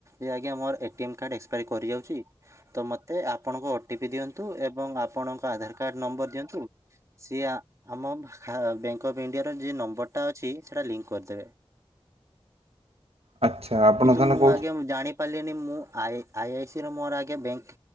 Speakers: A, on the right (about 30°); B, on the right (about 75°).
A: ଏ ଆଜ୍ଞା ମୋର ଏଟିଏମ୍ କାର୍ଡ଼ ଏକ୍ସପାୟାରି କରିଯାଉଚି ତ ମତେ ଆପଣଙ୍କ ଓଟିପି ଦିଅନ୍ତୁ ଏବଂ ଆପଣଙ୍କ ଆଧାର କାର୍ଡ଼ ନମ୍ବର ଦିଅନ୍ତୁ। ସିଏ ଆ ଆମ ବ ହା ବ୍ୟାଙ୍କ ଅଫ୍ ଇଣ୍ଡିଆର ଯେ ନମ୍ବରଟା ଅଛି ସେଟା ଲି କରିଦେବେ
B: ଆଚ୍ଛା ଆପଣ
A: କିନ୍ତୁ
B: ତାହେଲେ
A: ମୁଁ
B: କହୁଛ
A: ଆଜ୍ଞା ମୁଁ ଜାଣି ପାଲିନି ମୁଁ ଆଇ ଆଇ ଆଇ ସି ର ମୋର ଆଜ୍ଞା ବେଙ୍କ୍